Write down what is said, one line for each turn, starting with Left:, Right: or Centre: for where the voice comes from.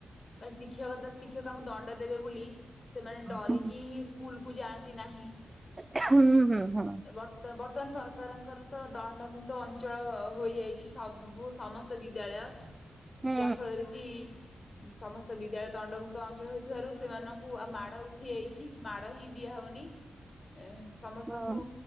Left: ଶିକ୍ଷକ ଶିକ୍ଷକଙ୍କୁ ଦଣ୍ଡ ଦେବେ ବୋଲି ସେମାନେ ଡରିକି
Right: ହୁଁ
Left: ହିଁ ସ୍କୁଲକୁ ଯାଆନ୍ତି ନାହିଁ।
Right: ହୁଁ ହୁଁ ହୁଁ।
Left: ବର୍ତ୍ତମାନ ସରକାରଙ୍କର ତ ଦଣ୍ଡମୁକ୍ତ ଅଞ୍ଚ ଚଳ ହୋଇଯାଇଛି ସବୁ ସମସ୍ତ ବିଦ୍ୟାଳୟ
Right: ହୁଁ
Left: ଯାହା ଫଳରେ କି ଉଁ ସମସ୍ତ ବିଦ୍ୟାଳୟ ଦଣ୍ଡମୁକ୍ତ ଅଞ୍ଚଳ ହୋଇଥିବାରୁ ସେମାନଙ୍କୁ ଆଉ ମାଡ ଉଠ ଉଠିଆଯଇଛି ମାଡ ହିଁ ଦିଆ ହଉନି ଏ ସମସ୍ତଙ୍କୁ
Right: ହୁଁ